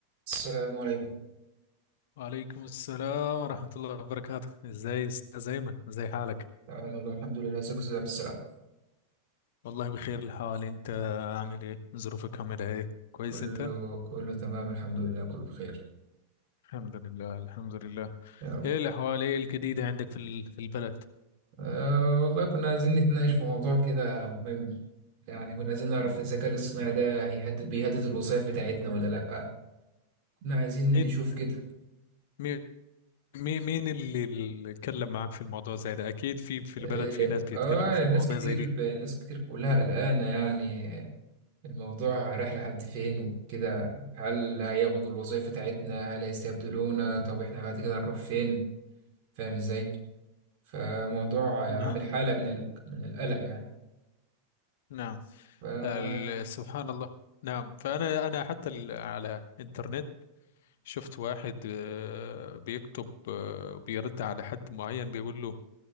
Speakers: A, on the right; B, on the left.
A: السلام عليكم
B: وعليكم السلام ورحمة الله وبركاته ازاي استاذ ايمن ازاي حالك
A: تمام والله الحمد لله ازيك يا أستاذ عبد السلام
B: والله بخير الحال انت عامل ايه ظروفك عاملة ايه كويس
A: كله
B: انت
A: كله تمام الحمد لله كله بخير
B: الحمد لله الحمد لله
A: يا رب
B: ايه الاحوال ايه الجديدة عندك في ال- في البلد
A: أه والله كنا عايزين نتناقش في موضوع كده مهم يعني كنا عايزين نعرف الذكاء الاصطناعي ده هيهدد بيهدد الوظائف بتاعتنا ولا لأ كنا عايزين
B: مين
A: نشوف كده
B: مين مين مين اللي اللي اتكلم معاك في الموضوع زي ده اكيد في في
A: اه
B: البلد في ناس بيتكلموا
A: آه،
B: في المواضيع
A: ناس كتير
B: زي دي
A: ب... ناس كتير كلها قلقانة يعني الموضوع رايح لحد فين وكده هل هياخدوا الوظائف بتاعتنا هل هيستبدلونا طب احنا بعد كده هنروح فين فاهم ازاي فموضوع
B: نعم
A: عامل حالة من ال... من القلق يعني
B: نعم
A: ف م-
B: ال- سبحان الله نعم فانا انا حتى ال- على انترنت شفت واحد آه، بيكتب آه، بيرد على حد معين بيقول له